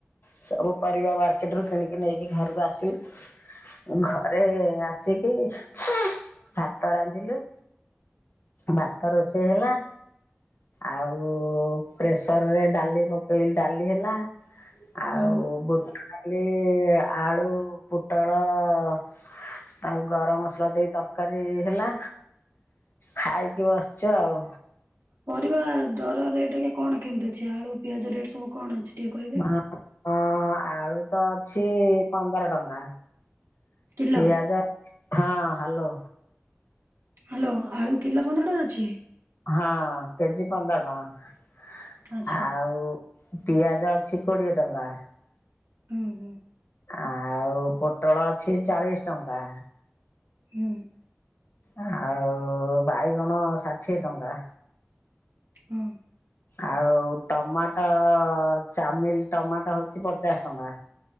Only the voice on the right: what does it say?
ହୁଁ
ପରିବା ଦର ରେଟ୍ ଏଇକା କଣ କେମିତି ଅଛି ଆଳୁ, ପିଆଜ ରେଟ୍ ସବୁ କଣ ଅଛି? ଟିକେ କହିବେ?
କିଲୋ
ହ୍ୟାଲୋ ଆଳୁ କିଲୋ ପନ୍ଦର ଟଙ୍କା ଅଛି?
ଆଚ୍ଛା
ହୁଁ ହୁଁ।
ହୁଁ,
ହୁଁ,